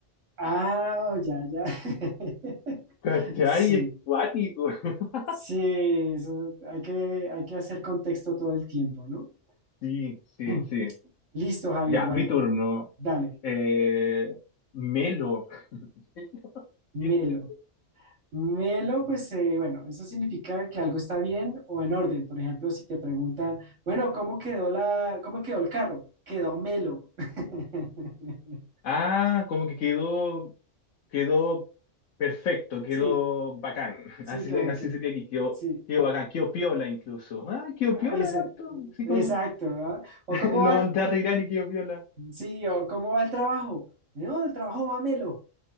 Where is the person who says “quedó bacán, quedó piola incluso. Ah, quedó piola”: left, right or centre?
Left